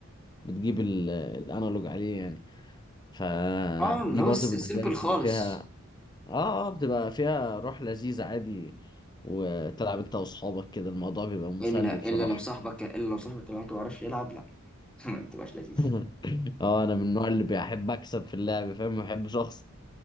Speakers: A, on the left; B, in the centre.
A: بتجيب ال... الانالوج عليه يعني فدي
B: اه اللي هو
A: برضو
B: سيمبل
A: بالنسبه لي بتبقى
B: خالص
A: فيها اه اه بتبقى فيها روح لذيذة عادي وتلعب انت واصحابك كده الموضوع بيبقى مسلي
B: الا
A: بصراحة
B: الا لو صاحبك الا لو صاحبك اللي هو انت ما بيعرفش يلعب <laughs> ما انت مش لذيذ
A: <laughs>
B: <laughs>
A: اه انا من النوع اللي بيحب اكسب في اللعب فاهم ما بحبش اخسر